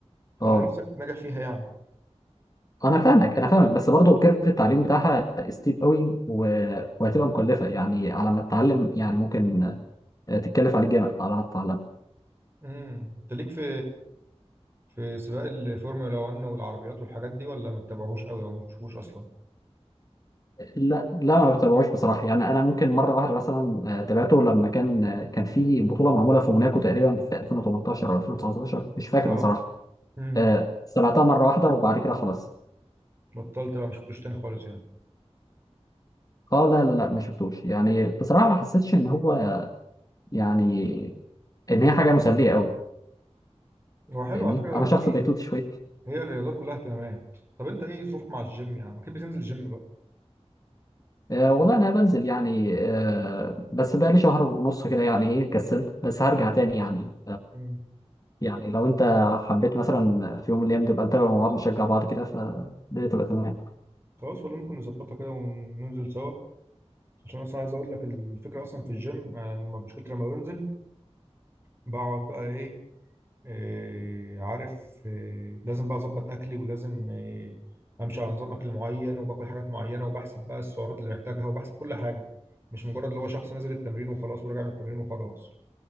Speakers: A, on the right; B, on the left.
A: هتلاقي
B: اه
A: نفسك ناجح فيها يعني
B: انا فاهمك انا فاهمك بس برضه كيرف التعليم بتاعها ستيب قوي و... وهتبقى مكلفة يعني على ما تتعلم يعني ممكن آه، تتكلف عليك جامد على ما تتعلم
A: امم أنت ليك في في سباق الفورمولا 1 والعربيات والحاجات دي ولا ما بتتابعهوش قوي أو ما بتشوفوش أصلا؟
B: لا لا ما بتابعوش بصراحة يعني أنا ممكن مرة واحدة مثلا آه، تابعته لما كان آه، كان في بطولة معمولة في موناكو تقريبا في 2018 أو 2019 مش فاكر
A: اه
B: بصراحة
A: امم
B: آه، سمعتها مرة واحدة وبعد كده خلاص
A: بطلت بقى ما شفتوش تاني خالص يعني
B: اه لا لا لا ما شفتوش يعني بصراحة ما حسيتش إن هو يعني إن هي حاجة مسلية أوي
A: هو حلو
B: فاهمني
A: على فكره لو
B: أنا شخص
A: في
B: بيتوتي
A: يعني
B: شوية
A: هي الرياضات كلها اهتمامات طب انت ايه ظروفك مع الجيم يا عم اكيد بتنزل الجيم بقى
B: أه والله أنا بنزل يعني أه بس بقالي شهر ونص كده يعني إيه كسلت بس هرجع تاني يعني
A: مم.
B: يعني لو انت حبيت مثلا في يوم من الايام نبقى نتابع مع بعض نشجع بعض كده فالدنيا تبقى تمام
A: خلاص ولا ممكن نظبطها كده وننزل سوا عشان اصلا عايز اقول لك الفكره اصلا في الجيم انا لما- مشكلتي لما بنزل بقعد بقى ايه, إيه عارف إيه لازم بقى اظبط اكلي ولازم إيه امشي على نظام اكل معين وباكل حاجات معينه وبحسب بقى السعرات اللي محتاجها وبحسب كل حاجه مش مجرد اللي هو شخص نازل التمرين وخلاص وراجع من التمرين وخلاص